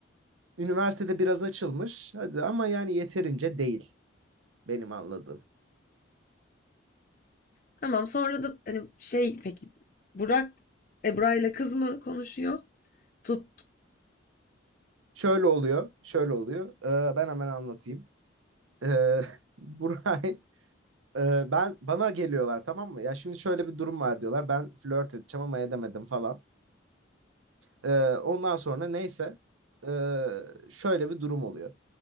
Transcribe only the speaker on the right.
Üniversitede biraz açılmış. Hadi ama yani yeterince değil benim anladığım.
Şöyle oluyor, şöyle oluyor. Ee, ben hemen anlatayım. Ee, <laughs> Buray Ee, ben bana geliyorlar tamam mı? Ya şimdi şöyle bir durum var diyorlar. Ben flört edeceğim ama edemedim falan. Ee, ondan sonra neyse ee, şöyle bir durum oluyor.